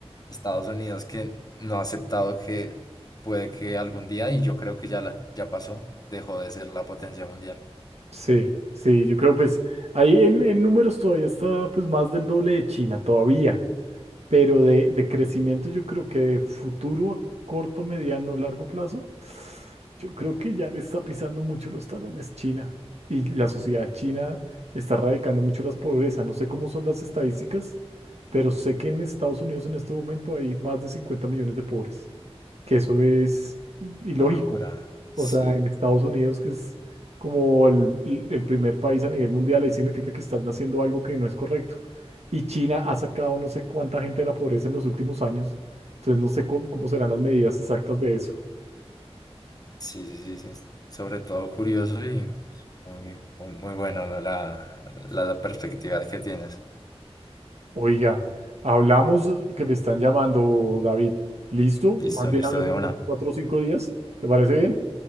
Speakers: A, on the left; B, on the right.
A: Estados Unidos que no ha aceptado que puede que algún día, y yo creo que ya, la, ya pasó, dejó de ser la potencia mundial.
B: Sí, sí, yo creo pues ahí en, en números todavía está pues más del doble de China, todavía, pero de, de crecimiento yo creo que de futuro a corto, mediano, largo plazo, yo creo que ya le está pisando mucho los talones China y la sociedad china está erradicando mucho las pobrezas. No sé cómo son las estadísticas, pero sé que en Estados Unidos en este momento hay más de 50 millones de pobres. que eso es ilógico.
A: Una locura, sí.
B: O sea, en Estados Unidos, que es como el, el- el primer país a nivel mundial, ahí significa que están haciendo algo que no es correcto. Y China ha sacado no sé cuánta gente de la pobreza en los últimos años, entonces no sé cómo, cómo serán las medidas exactas de eso.
A: Sí, sí, sí, sí, es sobre todo curioso y muy, muy, muy bueno la, la, la perspectiva que tienes.
B: Oiga, hablamos que me están llamando, David. ¿Listo?
A: Listo,
B: Más bien
A: listo
B: hablemos
A: de una.
B: en cuatro o cinco días. ¿Te parece bien?